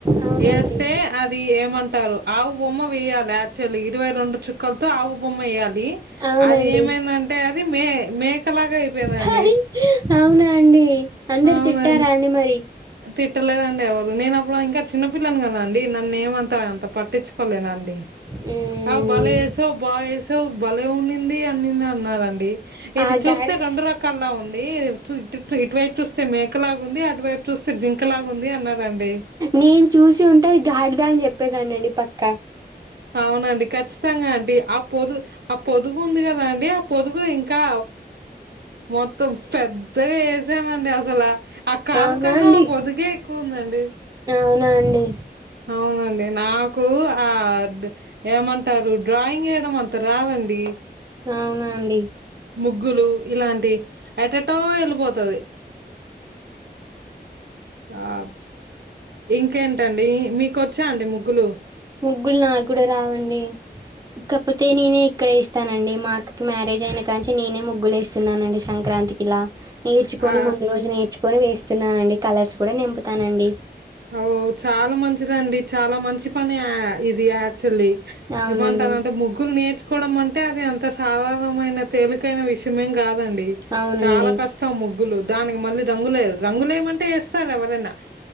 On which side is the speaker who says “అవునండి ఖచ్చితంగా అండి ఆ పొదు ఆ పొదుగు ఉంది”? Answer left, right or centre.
Right